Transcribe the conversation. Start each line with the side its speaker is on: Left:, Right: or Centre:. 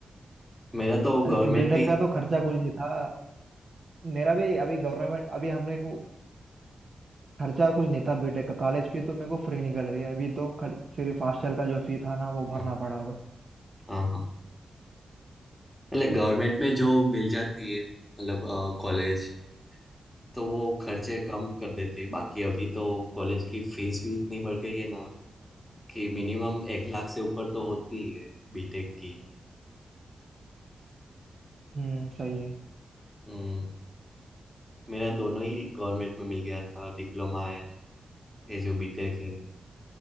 Centre: मेरा तो
Right: अभी
Centre: गवर्नमेंट
Right: बीटेक
Centre: में ही
Right: का
Centre: था
Right: तो खर्चा कुछ नहीं था मेरा भी अभी गवर्नमेंट अभी हमने को खर्चा कुछ नहीं था बीटेक का कॉलेज फी तो मेरे को फ्री निकल गई अभी तो खर, सिर्फ हॉस्टल का जो फी था ना वो भरना
Centre: हाँ
Right: पड़ा बस
Centre: हाँ हाँ। मतलब गवर्नमेंट में जो मिल जाती है मतलब कॉलेज तो वो खर्चे कम कर देते हैं। बाकी अभी तो कॉलेज की फीस भी इतनी बढ़ गई है ना कि मिनिमम एक लाख से ऊपर तो होती ही है बीटेक की
Right: हम्म सही है
Centre: हम्म, मेरा दोनों ही गवर्नमेंट में मिल गया था डिप्लोमा एंड ये जो बीटेक है